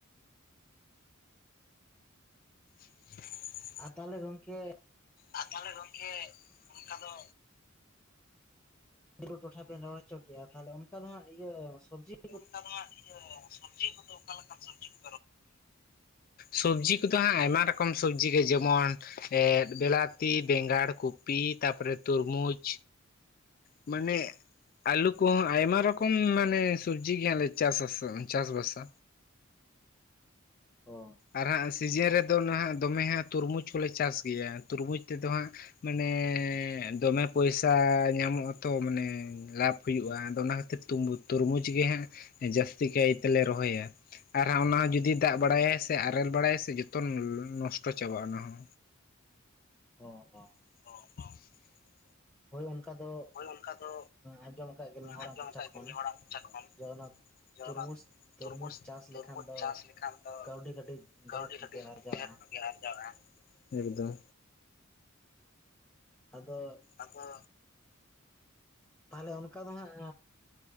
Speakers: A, on the left; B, in the centre.
A: <inaudible>
B: ᱟᱨ ᱛᱟᱦᱚᱞᱮ ᱜᱚᱢᱠᱮ
A: ᱟᱨ ᱛᱟᱦᱚᱞᱮ ᱜᱚᱢᱠᱮ ᱚᱝᱠᱟ ᱫᱚ
B: ᱵᱩᱨᱩ ᱴᱚᱴᱷᱟ ᱵᱮᱱ ᱨᱚᱲ ᱦᱚᱪᱚ ᱠᱮᱜᱼᱟ, ᱛᱟᱦᱞᱮ ᱚᱱᱠᱟ ᱫᱚ ᱦᱟᱸᱜ ᱤᱭᱟᱹ ᱥᱚᱵᱡᱤ ᱠᱚ
A: ᱚᱝᱠᱟ ᱫᱚ ᱱᱟᱜ ᱤᱭᱟᱹ ᱥᱚᱵᱡᱤ ᱠᱚ ᱫᱚ ᱚᱠᱟ ᱞᱮᱠᱟᱱ ᱥᱚᱵᱡᱤ ᱠᱚ
B: <inaudible>
A: ᱥᱚᱵᱡᱤ ᱠᱚ ᱫᱚ ᱦᱟᱸᱜ ᱟᱭᱢᱟ ᱨᱚᱠᱚᱢ ᱥᱚᱵᱡᱤ ᱜᱮ ᱡᱮᱢᱚᱱ ᱮᱫ ᱵᱮᱞᱟᱛᱤ, ᱵᱮᱸᱜᱟᱲ, ᱠᱩ ᱯᱤ ᱛᱟᱯᱚ ᱨᱮ ᱛᱩᱨᱢᱩᱪᱽ ᱢᱟᱱᱮ ᱟᱞᱩ ᱠᱚᱦᱚᱸ ᱟᱭᱢᱟ ᱨᱚᱠᱚᱢ ᱢᱟᱱᱮ ᱥᱚᱵᱡᱤ ᱜᱮ ᱦᱟᱸᱜᱞᱮ ᱪᱟᱥᱟ ᱪᱟᱥ ᱵᱟᱥᱟ᱾
B: ᱚ᱾
A: ᱟᱨ ᱦᱟᱸᱜ ᱥᱤᱡᱤᱱ ᱨᱮᱫᱚ ᱱᱟᱦᱟᱸᱜ ᱫᱚᱢᱮ ᱦᱟᱸᱜ ᱛᱩᱨᱢᱩᱡᱽ ᱠᱚᱞᱮ ᱪᱟᱥ ᱜᱮᱭᱟ ᱛᱩᱨᱢᱩᱡᱽ ᱛᱮ ᱫᱚ ᱦᱟᱸᱜ ᱢᱟᱱᱮ ᱫᱚᱢᱮ ᱯᱚᱭᱥᱟ ᱧᱟᱢᱚᱜ ᱟᱛᱚ ᱢᱟᱱᱮ ᱞᱟᱵᱷ ᱦᱩᱭᱩᱜᱼᱟ ᱟᱫᱚ ᱚᱱᱟ ᱠᱷᱟᱹᱛᱤᱨ ᱛᱩᱨᱢᱩᱡᱽ ᱜᱮ ᱦᱟᱸᱜ ᱡᱟᱹᱥᱛᱤ ᱠᱟᱭ ᱛᱮ ᱞᱮ ᱨᱚᱦᱚᱭᱟ᱾ ᱟᱨ ᱦᱚᱸ ᱚᱱᱟ ᱡᱩᱫᱤ ᱫᱟᱜ ᱵᱟᱲᱟᱭᱟᱭ ᱥᱮ ᱟᱨᱮᱞ ᱵᱟᱲᱟᱭᱟᱭ ᱥᱮ ᱡᱷᱚᱛᱚ ᱱᱚᱥᱴᱚ ᱪᱟᱵᱟᱜᱼᱟ ᱚᱱᱟ ᱦᱚᱸ᱾
B: ᱚ, ᱚ᱾
A: <unintelligible>
B: ᱦᱳᱭ ᱚᱱᱠᱟ ᱫᱚ
A: ᱦᱳᱭ ᱚᱱᱠᱟ ᱫᱚ
B: ᱟᱸᱡᱚᱢ ᱟᱠᱟᱫ ᱜᱮᱭᱟᱞᱤᱧ ᱦᱚᱲᱟᱜ
A: ᱟᱸᱡᱚᱢ
B: ᱢᱚᱪᱟ
A: ᱟᱠᱟᱜ
B: ᱠᱷᱚᱱ
A: ᱜᱮ ᱟᱹᱰᱤ ᱦᱚᱲᱟᱜ ᱢᱚᱪᱟ ᱠᱷᱚᱱ
B: ᱡᱮ ᱚᱱᱟ
A: ᱡᱮ
B: ᱛᱩᱨᱢᱩᱡᱽ
A: ᱚᱱᱟ ᱛᱩᱨᱢᱩᱡᱽ
B: ᱪᱟᱥ
A: ᱛᱩᱨᱢᱩᱡᱽ
B: ᱞᱮᱠᱷᱟᱱ ᱫᱚ
A: ᱪᱟᱥ ᱞᱮᱠᱷᱟᱱ ᱫᱚ
B: ᱠᱟᱹᱣᱰᱤ ᱠᱟᱹᱴᱤᱡ
A: ᱠᱟᱹᱣᱰᱤ
B: ᱰᱷᱮᱨ ᱧᱚᱜ
A: ᱠᱟᱴᱤᱡ
B: ᱜᱮ ᱟᱨᱡᱟᱣᱼᱟ
A: ᱰᱷᱮᱨ ᱜᱮ ᱟᱨᱡᱟᱣᱟ, ᱮᱠᱫᱚᱢ᱾
B: ᱟᱫᱚ
A: ᱟᱫᱚ
B: ᱛᱟᱦᱞᱮ ᱚᱱᱠᱟ ᱫᱚ ᱦᱟᱸᱜ